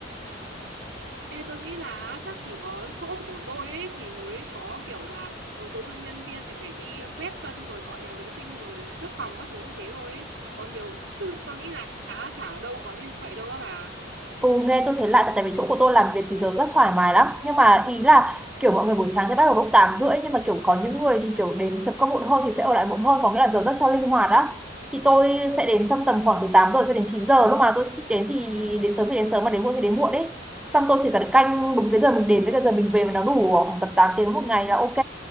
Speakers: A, on the right (about 80°); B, in the centre.
A: Ê, tôi nghĩ là á, chắc chỉ có chỗ của tôi ấy thì mới có kiểu là ờ, tự dưng nhân viên lại phải đi quét sân rồi cọ nhà vệ sinh rồi quét phòng các thứ như thế thôi ấy. Còn nhiều chứ tôi nghĩ là á, chả ở đâu có như vậy đâu á bà.
B: Ừ, nghe tôi thấy lạ tại tại vì chỗ của tôi làm việc thì giờ rất thoải mái lắm nhưng mà ý là kiểu mọi người buổi sáng thì bắt đầu lúc 8 rưỡi nhưng mà kiểu có những người thì kiểu đến chấm công muộn hơn thì sẽ ở lại muộn hơn có nghĩa là giờ rất cho linh hoạt á thì tôi sẽ đến trong tầm khoảng từ 8 giờ cho đến 9 giờ lúc mà tôi thích đến thì đến sớm thì đến sớm mà đến muộn thì đến muộn ấy xong tôi chỉ cần canh đúng cái giờ mình đến với cái giờ mình về mà nó đủ khoảng tầm 8 tiếng một ngày là ok